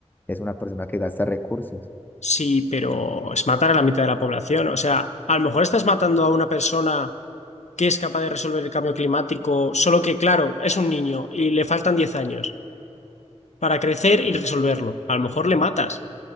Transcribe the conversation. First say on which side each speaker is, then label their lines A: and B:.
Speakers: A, on the left (about 15°); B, on the left (about 75°).
A: es una persona que gasta recursos.
B: Sí, pero es matar a la mitad de la población. O sea, a lo mejor estás matando a una persona que es capaz de resolver el cambio climático, solo que, claro, es un niño y le faltan 10 años para crecer
A: Sí.
B: y resolverlo. A lo mejor le matas.